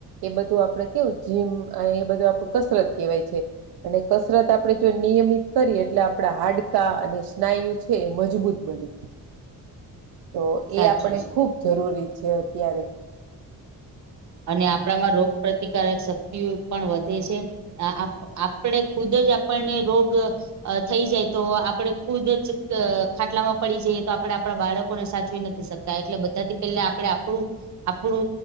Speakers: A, on the right (about 80°); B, on the right (about 50°).
A: એ બધું આપડે કેવું જીમ અને એ બધું આપણું કસરત કહેવાય છે. અને કસરત આપણે જો નિયમિત કરીએ એટલે આપડા હાડકા અને સ્નાયુ હે મજબૂત બને તો
B: સાચું
A: એ આપણે
B: છે.
A: ખુબ જરૂરી છે અત્યારે
B: અને આપણામાં રોગ પ્રતિકારક શક્તિઓ પણ વધે છે. આપણેે ખુદ જ આપણને રોગ અ થઈ જાય તો આપડે ખુદ જ ખાટલામાં પડી જઈએ તો આપડે આપણા બાળકોને સાચવી નથી શક એટલે બધાથી પેલા આપડે આપડુ આપડુ